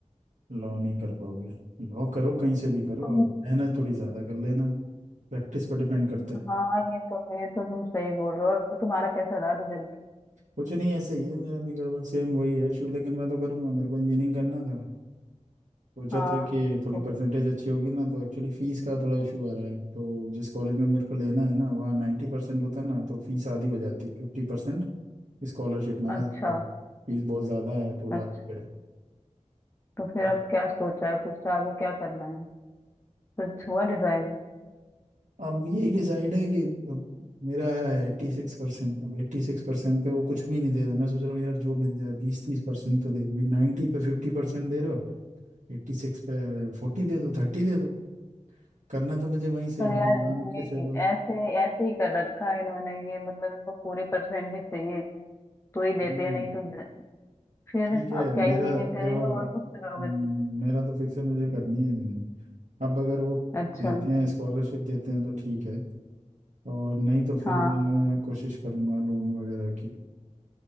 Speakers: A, on the right; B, on the left.
A: लॉ नहीं कर पाओगे लॉ करो कहीं से भी करो
B: तुम
A: अब मेहनत थोड़ी ज़्यादा कर लेना प्रैक्टिस पर डिपेंड करता है
B: हाँ ये तो ये तो तुम सही बोल रहे हो और तुम्हारा कैसा रहा रिजल्ट
A: कुछ नहीं ऐसे ही है मेरा भी गड़बड़ सेम वही है इशू लेकिन मैं तो करूँगा मेरे को इंजीनियरिंग करना था सोचा
B: हाँ
A: था कि थोड़ी
B: तो
A: परसेंटेज अच्छी होगी ना तो एक्चुअली फीस का थोड़ा इशू आ रहा है तो जिस कॉलेज में मेरे को लेना है ना वहाँ नाइन्टी परसेंट होता ना तो फीस आधी हो जाती फिफ्टी परसेंट स्कॉलरशिप में आ
B: अच्छा
A: जाता फीस बहुत ज़्यादा है दो लाख
B: अच्छा
A: रुपये है
B: तो फिर
A: तो
B: अब क्या सोचा है कुछ तो आगे क्या करना है कुछ हुआ डिसाइड
A: अब यही डिसाइड है कि अब मेरा आया है एट्टी सिक्स परसेंट अब एट्टी सिक्स परसेंट पे वो कुछ भी नहीं दे रहा मैं सोच रहा हूँ यार जो मिल जाए बीस तीस परसेंट तो दे दो भाई नाइन्टी पे फिफ्टी परसेंट दे रहे हो एट्टी सिक्स पे फोर्टी दे दो थर्टी दे दो करना तो मुझे वहीं से
B: पर
A: है, अगर
B: यार
A: मान के चलो
B: ये ऐसे ऐसे ही कर रखा है इन्होंने ये मतलब इनको पूरी परसेंटेज चाहिए तो ही देते
A: हम्म
B: हैं नहीं तो द- फिर
A: ठीक है
B: अब क्या
A: मेरा
B: इंजीनियरिंग
A: देखो
B: करेगा और कुछ करोगे
A: हम्म, मेरा तो फिक्स है मुझे करनी है इंजीनियरिंग अब अगर वो
B: तुम? अच्छा
A: देते हैं स्कॉलरशिप देते हैं तो ठीक है और नहीं तो फिर
B: हाँ
A: मैं कोशिश करूंगा लोन वगैरह की